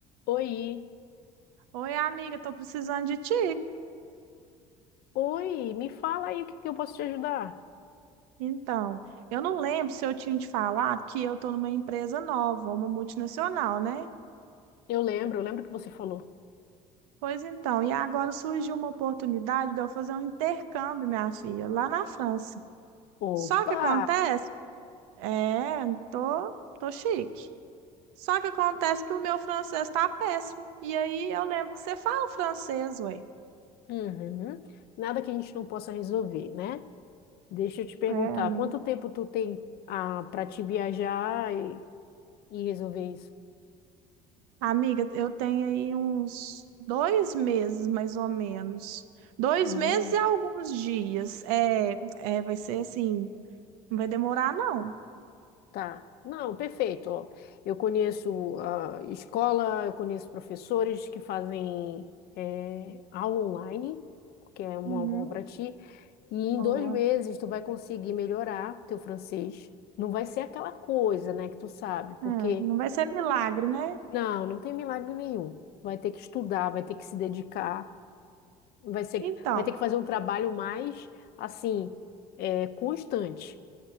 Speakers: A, on the left; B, on the right.
A: Oi,
B: Oi, amiga, tô precisando de ti.
A: oi, me fala aí o que que eu posso te ajudar.
B: Então, eu não lembro se eu tinha te falado que eu tô numa empresa nova, uma multinacional, né?
A: Eu lembro, eu lembro que você falou.
B: Pois então, e agora surgiu uma oportunidade de eu fazer um intercâmbio, minha filha, lá na França.
A: Opa!
B: Só que acontece, é, tô, tô chique. Só que acontece que o meu francês tá péssimo. E aí eu lembro que você fala francês, ué.
A: Uhum. Nada que a gente não possa resolver, né? Deixa eu te perguntar,
B: É, amiga.
A: quanto tempo tu tem ah, para te viajar e, e resolver isso?
B: Amiga, eu tenho aí uns dois meses, mais ou menos. Dois
A: Hum,
B: meses e alguns dias. É, é, vai ser assim, não vai demorar, não.
A: tá. Não, perfeito. ó. Eu conheço a escola, eu conheço professores que fazem eh, aula online, que é uma
B: Uhum,
A: boa para ti. E em
B: boa.
A: dois meses tu vai conseguir melhorar teu francês. Não vai ser aquela coisa, né, que tu sabe, porque
B: É, não vai ser milagre, né?
A: não, não tem milagre nenhum. Vai ter que estudar, vai ter que se dedicar, vai ser,
B: Então,
A: que- vai ter que fazer um trabalho mais assim, é, constante.